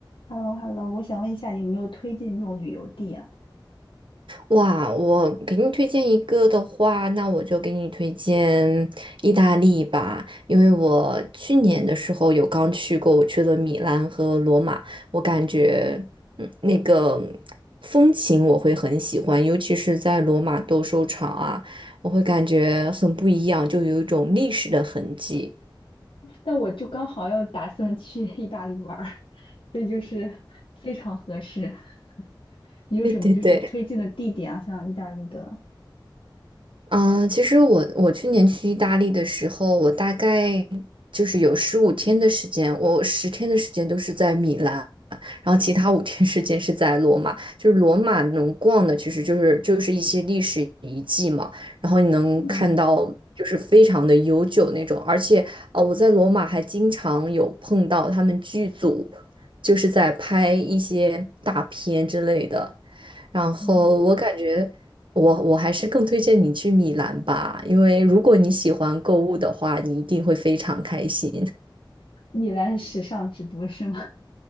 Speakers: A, on the left; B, on the right.
A: h e l l o h e l l o 我想问一下，有没有推荐这种旅游地啊？
B: 哇，我给你推荐一个的话，那我就给你推荐意大利吧，因为我去年的时候有刚去过，我去了米兰和罗马，我感觉，嗯，那个风情我会很喜欢，尤其是在罗马斗兽场啊，我会感觉很不一样，就有一种历史的痕迹。
A: 但我就刚好要打算去 <laughs> 意大利玩儿，所以就是非常合适。<laughs> 你有什么就是推荐的地点啊？
B: 对对对，
A: 像意大利的，
B: 嗯，呃其实我我去年去意大利的时候，我大概就是有十五天的时间，我十天的时间都是在米兰，然后其他五天时间是在罗马。就是罗马能逛的，其实就是就是一些历史遗迹嘛，然后你能看到就是非常的悠久那种，
A: 嗯
B: 而且呃，我在罗马还经常有碰到他们剧组，就是在拍一些大片之类的。然后我感觉我我还是更推荐你去米兰吧，
A: 嗯，
B: 因为如果你喜欢购物的话，你一定会非常开心
A: 米兰是时尚之都是吗？